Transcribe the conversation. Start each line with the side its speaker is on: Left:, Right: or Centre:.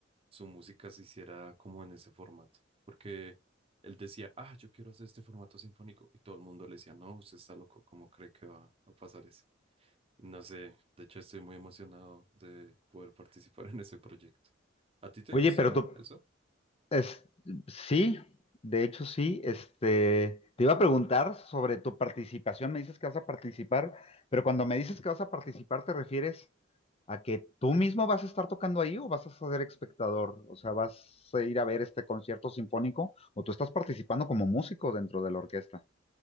Right: su música se hiciera como en ese formato. Porque él decía, ah, yo quiero hacer este formato sinfónico y todo el mundo le decía, no, usted está loco, ¿cómo cree que va a pasar eso? No sé, de hecho estoy muy emocionado de poder participar <laughs> en ese proyecto. ¿A ti te
Left: Oye,
Right: gusta
Left: pero tú,
Right: eso?
Left: es, sí, de hecho sí, este, te iba a preguntar sobre tu participación, me dices que vas a participar, pero cuando me dices que vas a participar, ¿te refieres a que tú mismo vas a estar tocando ahí o vas a ser espectador? O sea, ¿vas a ir a ver este concierto sinfónico o tú estás participando como músico dentro de la orquesta?